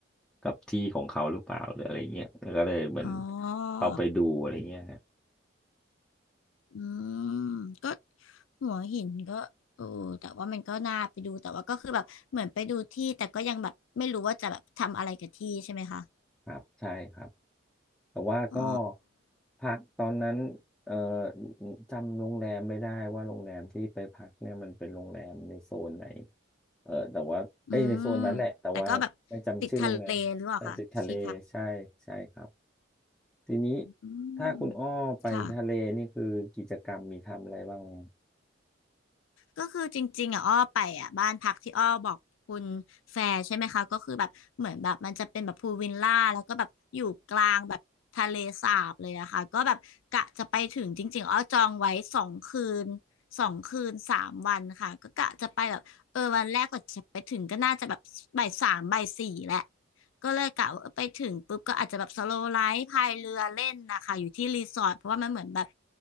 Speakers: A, in the centre; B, on the left (about 85°).
A: กับที่ของเขาหรือเปล่าหรืออะไรเงี้ยแล้วก็เลยเหมือน
B: อ๋อ
A: เอาไปดูอะไรเงี้ยฮะ
B: อืมก็หัวหินก็เออแต่ว่ามันก็น่าไปดูแต่ว่าก็คือแบบเหมือนไปดูที่แต่ก็ยังแบบไม่รู้ว่าจะแบบทำอะไรกับที่ใช่ไหมคะ
A: ครับใช่ครับ แต่ว่าก็
B: อ๋อ
A: พักตอนนั้นเอ่อจำโรงแรมไม่ได้ว่าโรงแรมที่ไปพักเนี่ยมันเป็นโรงแรมในโซนไหนเออแต่ว่าเอ้ยในโซนนั้นแหละแต่ว่าไม่จำชื่อโรงแรมแต่ติดทะเลใช่ใช่ครับ
B: อืมแต่ก็แบบติดทะเลหรือเปล่าคะที่พัก
A: ทีนี้
B: อืม
A: ถ้าคุณอ้อไปทะเลนี่คือกิจกรรมมีทำอะไรบ้างไหม
B: ค่ะ ก็คือจริงๆอ่ะอ้อไปอ่ะบ้านพักที่อ้อบอกคุณแฟร์ใช่ไหมคะก็คือแบบเหมือนแบบมันจะเป็นแบบพูลวิลล่าแล้วก็แบบอยู่กลางแบบทะเลสาบเลยนะคะก็แบบกะจะไปถึงจริงๆอ้อจองไว้สองคืนสองคืนสามวันค่ะก็กะจะไปแบบเออวันแรกก็จะไปถึงก็น่าจะแบบบ่ายสามบ่ายสี่แหละ ก็เลยกะว่าไปถึงปุ๊บก็อาจจะแบบสโลว์ไลฟ์พายเรือเล่นนะคะอยู่ที่รีสอร์ทเพราะว่ามันเหมือนแบบ